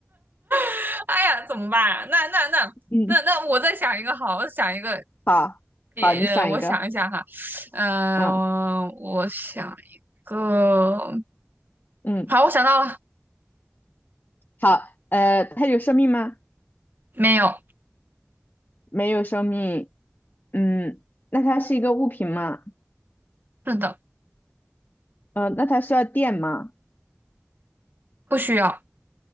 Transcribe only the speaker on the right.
<laughs> 哎呀，怎么办啊那那那那那，
我再想一个好，我再想一个
也，
呃我想一下哈，嗯、
呃我想一个，
好，我想到了，
没有，
是的，
不需要，